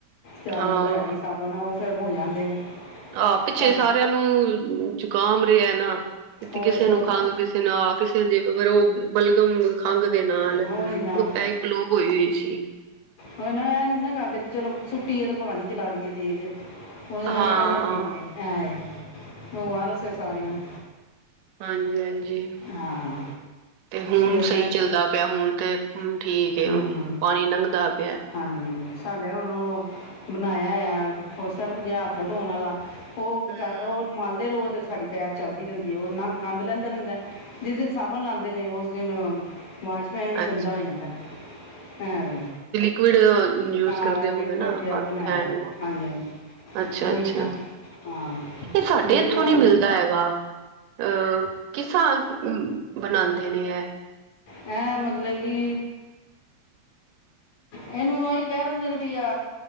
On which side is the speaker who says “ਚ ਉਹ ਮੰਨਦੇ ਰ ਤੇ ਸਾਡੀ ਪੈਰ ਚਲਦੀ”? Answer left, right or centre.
Left